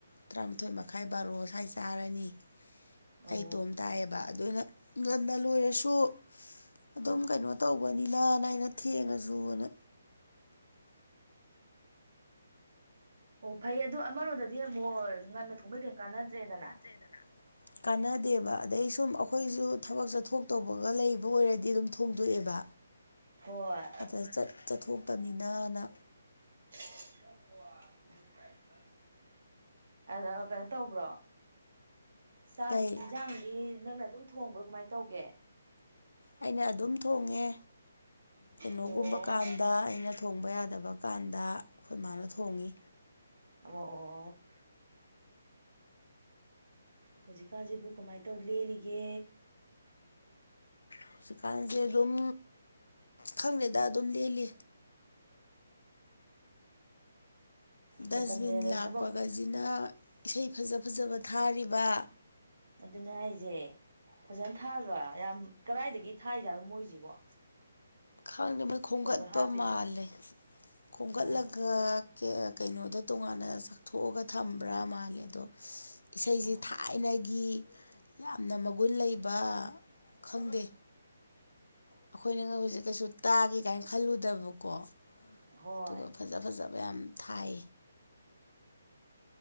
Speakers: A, on the left (about 85°); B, on the right (about 70°).
A: ꯇꯔꯥꯃꯥꯊꯣꯏ ꯃꯈꯥꯏ ꯕꯥꯔꯣ ꯁ꯭ꯋꯥꯏ ꯆꯥꯔꯅꯤ
B: ꯑꯣ
A: ꯑꯩꯇꯣꯝ ꯇꯥꯏꯌꯦꯕ ꯑꯗꯨꯅ ꯉꯟꯅ ꯂꯣꯏꯔꯁꯨ ꯑꯗꯨꯝ ꯀꯩꯅꯣ ꯇꯧꯕꯅꯤꯅꯅ ꯑꯩꯅ ꯊꯦꯡꯉꯁꯨꯅ
B: ꯑꯣ ꯐꯩ ꯑꯗꯨꯗꯣ ꯑꯃꯔꯣꯝꯗꯗꯤ ꯑꯃꯨꯛꯣ ꯉꯟꯅ ꯊꯣꯡꯕꯩ ꯀꯩ ꯀꯥꯟꯅꯗ꯭ꯔꯦꯗꯅ
A: ꯆꯩꯗꯅ ꯀꯥꯟꯅꯗꯦꯕ ꯑꯗꯩ ꯁꯨꯝ ꯑꯩꯈꯣꯏꯁꯨ ꯊꯕꯛ ꯆꯠꯊꯣꯛ ꯇꯧꯕꯒ ꯂꯩꯕ ꯑꯣꯏꯔꯗꯤ ꯑꯗꯨꯝ ꯊꯣꯡꯗꯣꯛꯑꯦꯕ
B: ꯍꯣꯏ
A: ꯑꯗ ꯆꯠꯊꯣꯛꯇꯕꯅꯤꯅꯅ
B: <inaudible> ꯑꯅ ꯀꯩꯅꯣ ꯇꯧꯕ꯭ꯔꯣ ꯆꯥꯛ
A: ꯀꯩ
B: ꯌꯦꯟꯁꯥꯡꯗꯤ ꯅꯪꯅ ꯑꯗꯨꯝ ꯊꯣꯡꯕ꯭ꯔꯣ ꯀꯃꯥꯏꯅ ꯇꯧꯒꯦ
A: ꯑꯩꯅ ꯑꯗꯨꯝ ꯊꯣꯡꯉꯦ ꯀꯩꯅꯣꯒꯨꯝꯕ
B: ꯑꯣ
A: ꯀꯥꯟ ꯗ ꯑꯩꯅ ꯊꯣꯡꯕ ꯌꯥꯗꯕ ꯀꯥꯟꯗ ꯑꯩꯈꯣꯏ ꯃꯥꯅ ꯊꯣꯡꯉꯤ
B: ꯑꯣ ꯑꯣ ꯑꯣ ꯍꯧꯖꯤꯛꯀꯥꯟꯁꯤꯕꯨ ꯀꯃꯥꯏꯅ ꯇꯧ ꯂꯦꯜꯂꯤꯒꯦ
A: ꯍꯧꯖꯤꯛꯀꯥꯟꯁꯦ ꯑꯗꯨꯝ ꯈꯪꯗꯦꯗ ꯑꯗꯨꯝ ꯂꯦꯜꯂꯤ ꯗꯁꯕꯤꯟ
B: ꯃꯇꯝ ꯂꯦꯟꯕ
A: ꯂꯥꯛꯄꯒꯁꯤꯅ
B: ꯊꯕꯛ
A: ꯏꯁꯩ ꯐꯖ ꯐꯖꯕ ꯊꯥꯔꯤꯕ
B: ꯑꯗꯨꯅ ꯍꯥꯏꯁꯦ ꯐꯖꯅ ꯊꯥꯗ꯭ꯔꯥ ꯌꯥꯝ ꯀꯗꯥꯥꯏꯗꯒꯤ ꯊꯥꯏꯖꯥꯠꯔꯝ ꯃꯣꯣꯏꯁꯤꯕꯣ
A: ꯈꯥꯡꯪꯅꯤꯡꯕ ꯈꯣꯝꯒꯠꯄ
B: ꯍꯥꯞꯄꯤꯁꯤꯕꯣ
A: ꯃꯥꯜꯂꯦ ꯈꯣꯝꯒꯠꯂꯒ
B: ꯎꯝ
A: ꯀꯩꯅꯣꯗ ꯇꯣꯉꯥꯟꯅ ꯆꯥꯛꯊꯣꯛꯑꯒ ꯊꯝꯕ꯭ꯔꯥ ꯃꯥꯜꯂꯦ ꯑꯗꯣ ꯏꯁꯩꯁꯤ
B: ꯎꯝ
A: ꯊꯥꯏꯅꯒꯤ ꯌꯥꯝꯅ ꯃꯒꯨꯟ ꯂꯩꯕ ꯈꯪꯗꯦ ꯑꯩꯈꯣꯏꯅ ꯍꯧꯖꯤꯛ ꯀꯩꯁꯨ ꯇꯥꯒꯦ ꯀꯥꯏꯅ ꯈꯜꯂꯨꯗꯕꯀꯣ
B: ꯍꯣꯏ
A: ꯑꯗꯨꯒ ꯐꯖ ꯐꯖꯕ ꯌꯥꯝ ꯊꯥꯏ